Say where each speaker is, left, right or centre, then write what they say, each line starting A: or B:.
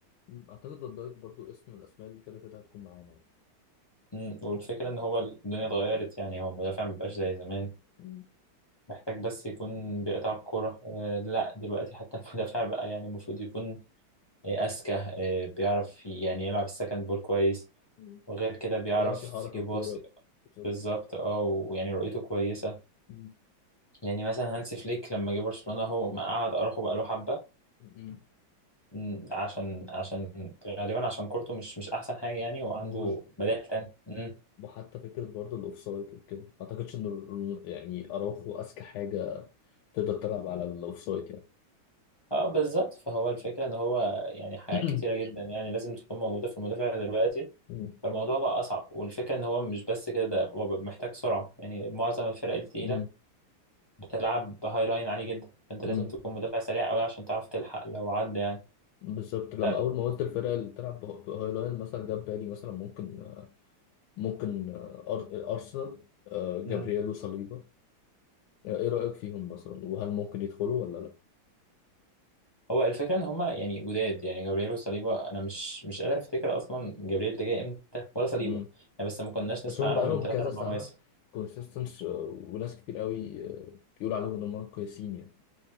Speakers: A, on the left; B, on the left.
A: مم. أعتقد فان دايك برضو اسم من الأسماء اللي كده كده هتكون معانا يعني
B: مم، والفكره ان هو الدنيا اتغيرت يعني هو المدافع مبقاش زي زمان
A: مم.
B: محتاج بس يكون بيقطع الكوره آه، لا دلوقتي حتى <laughs> المدافع بقى يعني المفروض يكون إيه، أذكى إيه، بيعرف ي- يعني يلعب السكند بول كويس
A: مم.
B: وغير كده بيعرف
A: بيعرف يحرك
B: يباص
A: الكورة بالظبط
B: بالظبط اه ويعني رؤيته كويسة
A: مم.
B: يعني مثلا هانسي فليك لما جه برشلونة هو ما قعد أراخو بقاله حبة
A: مم.
B: مم، عشان عشان غالبا عشان كورته مش مش أحسن حاجة يعني وعنده
A: وج-
B: بدائل تانية مم.
A: وحتى فكرة برضو الأوفسايد وكده ما أعتقدش إن ال- يعني أراوخو أذكى حاجة تقدر تلعب على الاوفسايد يعني.
B: اه بالظبط فهو الفكرة ان هو يعني حاجات
A: <clears throat>
B: كتيرة جدا يعني لازم تكون موجودة في المدافع دلوقتي
A: مم.
B: فالموضوع بقى أصعب والفكرة ان هو مش بس كده ده هو محتاج سرعة يعني معظم الفرق التقيلة
A: مم.
B: بتلعب هاي لاين عالي جدا فانت
A: مم.
B: لازم تكون مدافع سريع قوي عشان تعرف تلحق لو عدى يعني
A: بالظبط لما
B: ف...
A: اول ما قلت الفرق اللي بتلعب بهو- بهايلاين مثلا جاب بالي مثلا ممكن آه، ممكن آه، أر- ارسنال آه، جابرييل
B: مم.
A: وصليبا آه، ايه رايك فيهم مثلا وهل ممكن يدخلوا ولا لا
B: هو الفكره ان هما يعني جداد يعني جابرييل وصليبا انا مش مش قادر افتكر اصلا جابرييل ده جاي امتى ولا صليبا
A: مم.
B: يعني بس ما كناش
A: بس
B: نسمع
A: هم
B: عنهم
A: بقالهم
B: من ثلاث
A: كذا
B: اربع
A: سنه
B: مواسم
A: كونسيستنس وناس كتير قوي آه، بيقول عليهم ان هم كويسين يعني